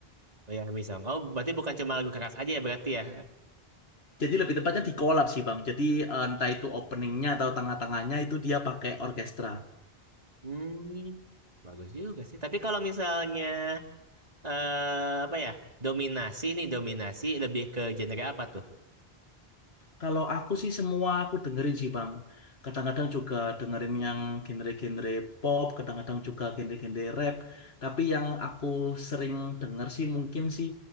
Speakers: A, on the right; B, on the left.
A: Oh ya, bisa. Oh, berarti bukan cuma lagu keras aja ya berarti ya?
B: Jadi lebih tepatnya di collab sih Bang. Jadi eh, entah itu openingnya atau tengah-tengahnya itu dia pakai orkestra.
A: Hmm. Bagus juga sih. Tapi kalau misalnya eh apa ya? Dominasi nih, dominasi lebih ke genre apa tuh?
B: Kalau aku sih semua aku dengerin sih Bang. Kadang-kadang juga dengerin yang genre-genre pop, kadang-kadang juga genre-genre rap. Tapi yang aku sering denger sih mungkin sih